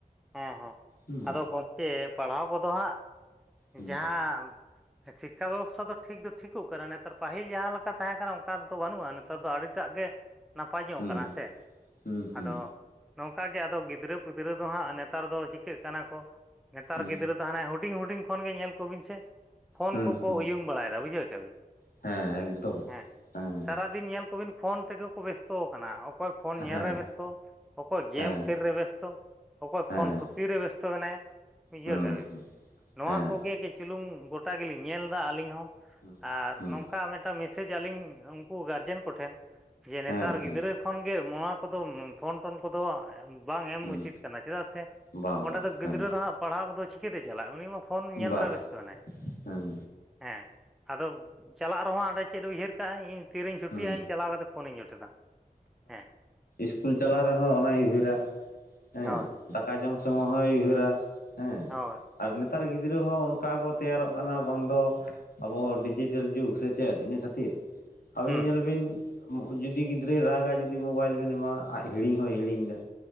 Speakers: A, in the centre; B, on the left.
A: ᱦᱮᱸ ᱦᱮᱸ,
B: ᱦᱩᱸ
A: ᱟᱫᱚ ᱜᱚᱝᱠᱮ ᱯᱟᱲᱦᱟᱣ ᱠᱚᱫᱚ ᱦᱟᱸᱜ,
B: ᱦᱩᱸ
A: ᱡᱟᱦᱟᱸ ᱥᱤᱠᱠᱷᱟ ᱵᱮᱵᱚᱥᱛᱷᱟ ᱫᱚ ᱴᱷᱤᱠ ᱫᱚ ᱴᱷᱤᱠᱚᱜ ᱠᱟᱱᱟ ᱱᱮᱛᱟᱨ, ᱯᱟᱹᱦᱤᱞ ᱡᱟᱦᱟᱸ ᱞᱮᱠᱟ ᱛᱟᱦᱮᱸ ᱠᱟᱱᱟ ᱚᱝᱠᱟ ᱫᱚ ᱵᱟᱹᱱᱩᱜ-ᱟ ᱱᱤ ᱛᱟᱨ ᱫᱚ ᱟᱹᱰᱤᱴᱟᱜ ᱜᱮ ᱱᱟᱯᱟᱭ ᱧᱚᱜ
B: ᱦᱩᱸ
A: ᱠᱟᱱᱟ ᱦᱮᱸ ᱥᱮ᱾
B: ᱦᱩᱸ ᱦᱩᱸ
A: ᱟᱫᱚ, ᱱᱚᱝᱠᱟ ᱜᱮ ᱟᱫᱚ ᱜᱤᱫᱽᱨᱟᱹ, ᱯᱤᱫᱽᱨᱟᱹ ᱫᱚ ᱦᱟᱸᱜ ᱱᱮᱛᱟᱨ ᱫᱚ ᱪᱤᱠᱟᱹᱜ ᱠᱟᱱᱟ ᱠᱚ᱾ ᱱᱮᱛᱟᱨ
B: ᱦᱩᱸ
A: ᱜᱤᱫᱽᱨᱟᱹ ᱫᱚ ᱦᱟᱱᱮ‌ ᱦᱩᱰᱤᱧ ᱦᱩᱰᱤᱧ ᱠᱷᱚᱱ ᱜᱮ ᱧᱮᱞ ᱠᱚᱵᱤᱱ ᱥᱮ ᱯᱷᱳᱱ
B: ᱦᱩᱸ
A: ᱠᱚᱠᱚ
B: ᱦᱩᱸ
A: ᱩᱭᱩᱝ ᱵᱟᱲᱟᱭᱮᱫᱟ ᱵᱩᱡᱷᱟᱹᱣ ᱠᱮᱜ-ᱟ ᱵᱤᱱ,
B: ᱦᱮᱸ ᱮᱠᱫᱚᱢ
A: ᱦᱮᱸ,
B: ᱦᱮᱸ
A: ᱥᱟᱨᱟ ᱫᱤᱱ ᱧᱮᱞ ᱠᱚᱵᱤᱱ ᱯᱷᱳᱱ ᱛᱮᱜᱮ ᱠᱚ ᱵᱮᱥᱛᱚ ᱠᱟᱱᱟ, ᱚᱠᱚᱭ ᱯᱷᱳᱱ
B: ᱦᱮᱸ
A: ᱧᱮᱞ ᱨᱮ ᱵᱮᱥᱛᱚ, ᱚᱠᱚᱭ ᱜᱮᱢ
B: ᱦᱮᱸ
A: ᱠᱷᱮᱞ ᱨᱮ ᱵᱮᱥᱛᱚ, ᱚᱠᱚᱭ
B: ᱦᱮᱸ
A: ᱯᱷᱳᱱ ᱛᱷᱩ ᱛᱤ ᱨᱮ ᱵᱮᱥᱛᱚ ᱢᱮᱱᱟᱭᱟ, ᱵᱩᱡᱷᱟᱹᱣ
B: ᱦᱩᱸ
A: ᱠᱮᱜ ᱟᱵᱤᱱ᱾
B: ᱦᱩᱸ
A: ᱱᱚᱣᱟ
B: ᱦᱮᱸ
A: ᱠᱚ ᱜᱮ ᱠᱟᱹᱡ ᱪᱩᱞᱩᱝ ᱜᱚᱴᱟ ᱜᱮᱞᱤᱧ ᱧᱮᱞ ᱮᱫᱟ ᱟᱹᱞᱤᱧ ᱦᱚᱸ᱾
B: ᱦᱩᱸ
A: ᱟᱨ
B: ᱦᱩᱸ
A: ᱱᱚᱝᱠᱟ ᱢᱤᱫᱴᱟᱝ ᱢᱮᱥᱮᱡ ᱟᱞᱤᱧ ᱩᱱᱠᱩ ᱜᱟᱨᱡᱮᱱ ᱠᱚᱴᱷᱮᱱ ᱡᱮ ᱱᱮᱛᱟᱨ
B: ᱦᱮᱸ ᱦᱮᱸ
A: ᱜᱤᱫᱽᱨᱟᱹ ᱠᱷᱚᱱ ᱜᱮ ᱱᱚᱣᱟ ᱠᱚᱫᱚ ᱯᱷᱳᱱ ᱴᱚᱱ ᱠᱚᱫᱚ ᱮᱢ ᱵᱟᱝ ᱮᱢ
B: ᱦᱩᱸ
A: ᱩᱪᱤᱛ ᱠᱟᱱᱟ ᱪᱮᱫᱟᱜ ᱥᱮ,
B: ᱵᱟᱝ
A: ᱚᱸᱰᱮ
B: ᱵᱟᱝ
A: ᱫᱚ ᱜᱤᱫᱽᱨᱟᱹ
B: ᱦᱮᱸ
A: ᱫᱚ ᱦᱟᱸᱜ ᱯᱟᱲᱦᱟᱣ ᱠᱚᱫᱚ ᱪᱤᱠᱟᱹᱛᱮ ᱪᱟᱞᱟᱜ-ᱟ, ᱩᱱᱤ ᱢᱟ ᱯᱷᱳᱱ ᱧᱮᱞ
B: ᱵᱟᱦ
A: ᱨᱮ ᱵᱮᱥᱛᱚ ᱢᱮᱱᱟᱭᱟ᱾
B: ᱦᱮᱸ
A: ᱦᱮᱸ, ᱟᱫᱚ ᱪᱟᱞᱟᱜ ᱨᱮᱦᱚᱸ ᱦᱟᱸᱰᱮ ᱪᱮᱫ ᱩᱭᱦᱟᱹᱨ ᱠᱟᱜ-ᱟᱭ, ᱤᱧ ᱛᱤ ᱨᱤᱧ ᱪᱷᱩᱴᱤᱜ-ᱟ
B: ᱦᱩᱸ
A: ᱤᱧ ᱪᱟᱞᱟᱣ ᱠᱟᱛᱮ ᱯᱷᱳᱱᱮᱧ ᱡᱚᱴᱮᱫᱟ, ᱦᱮᱸ᱾
B: ᱥᱠᱩᱞ ᱪᱟᱞᱟᱣ ᱨᱮᱦᱚᱸ ᱚᱱᱟᱭ ᱩᱭᱦᱟᱹᱨᱟ᱾ ᱦᱮᱸ
A: ᱦᱳᱭ᱾
B: ᱫᱟᱠᱟ ᱡᱚᱢ ᱥᱚᱢᱚᱭ ᱦᱚᱸᱭ ᱩᱭᱦᱟᱹᱨᱟ ᱦᱮᱸ,
A: ᱦᱳᱭ᱾
B: ᱟᱨ ᱱᱮᱛᱟᱨ ᱜᱤᱫᱽᱨᱟᱹ ᱦᱚᱸ ᱚᱱᱠᱟ ᱠᱚ ᱛᱮᱭᱟᱨᱚᱜ ᱠᱟᱱᱟ ᱵᱟᱝ ᱫᱚ ᱟᱵᱚ ᱦᱚᱸ ᱰᱤᱡᱤᱴᱮᱞ ᱡᱩᱜᱽ ᱥᱮ ᱪᱮᱫ ᱤᱱᱟᱹ ᱠᱷᱟᱹᱛᱤᱨ, ᱟᱹᱵᱤᱱ
A: ᱦᱩᱸ
B: ᱧᱮᱞ ᱵᱤᱱ ᱡᱩᱜ ᱡᱩᱫᱤ ᱜᱤᱫᱽᱨᱟᱹᱭ ᱨᱟᱜᱟ ᱡᱩᱫᱤ ᱢᱳᱵᱟᱭᱤᱞ ᱵᱮᱱ ᱮᱢᱟ ᱟᱡ ᱦᱤᱧ ᱦᱚᱸᱭ ᱦᱤᱲᱤᱧ ᱮᱫᱟ᱾